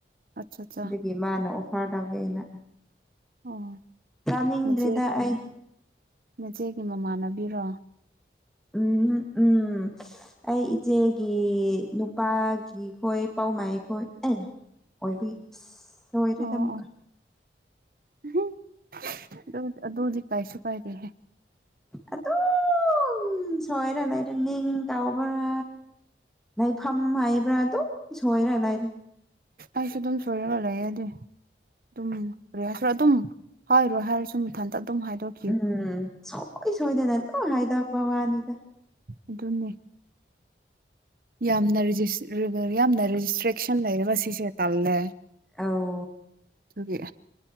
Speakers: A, on the right; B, in the centre.
A: ꯑꯆꯥ ꯆꯥ
B: <unintelligible> ꯃꯥꯅ ꯑꯣꯐꯔ ꯇꯧꯕꯤꯅ
A: ꯑꯣ
B: ꯆꯥꯅꯤꯡꯗ꯭ꯔꯦꯗ
A: ꯅꯆꯦ
B: ꯑꯩ
A: ꯅꯆꯦꯒꯤ ꯃꯃꯥꯟꯅꯕꯤꯔꯣ
B: ꯎꯝ ꯎꯝ ꯑꯩ ꯏꯆꯦꯒꯤ ꯅꯨꯄꯥꯒꯤ ꯈꯣꯏ <unintelligible> ꯑꯣꯏꯕꯤ <unintelligible> ꯁꯣꯏꯗ꯭ꯔꯦ
A: ꯑꯣ
B: <unintelligible>
A: <unintelligible> ꯑꯗꯨ ꯑꯗꯨꯗꯤ ꯀꯩꯁꯨ ꯀꯥꯏꯗꯦꯍꯦ
B: ꯑꯗꯨꯝ ꯁꯣꯏꯔ ꯂꯩꯔꯦ ꯃꯤꯡ ꯇꯥꯎꯕ꯭ꯔ ꯂꯩꯐꯝ ꯍꯥꯏꯕ꯭ꯔꯥ ꯑꯗꯨꯝ ꯁꯣꯏꯔ ꯂꯩꯔꯦ
A: ꯑꯩꯁꯨ ꯑꯗꯨꯝ ꯁꯣꯏꯔꯒ ꯂꯩꯌꯦꯗꯤ <unintelligible> ꯔꯤꯌꯥꯁꯨ ꯑꯗꯨꯝ ꯍꯥꯏꯔꯣꯏ ꯍꯥꯏꯔꯁꯨ ꯃꯊꯟꯇ ꯑꯗꯨꯝ ꯍꯥꯏꯗꯣꯛ
B: ꯎꯝ ꯁꯣꯏ ꯁꯣꯏꯗꯅ ꯑꯗꯨꯝ ꯍꯥꯏꯗꯣꯛꯄ ꯋꯥꯅꯤꯗ
A: ꯑꯗꯨꯅꯦ ꯌꯥꯝꯅ <unintelligible> ꯌꯥꯝꯅ ꯔꯦꯁꯇ꯭ꯔꯤꯛꯁꯟ ꯂꯩꯕ ꯁꯤꯁꯨ ꯇꯜꯂꯦ
B: ꯑꯧ
A: ꯗꯨꯒꯤ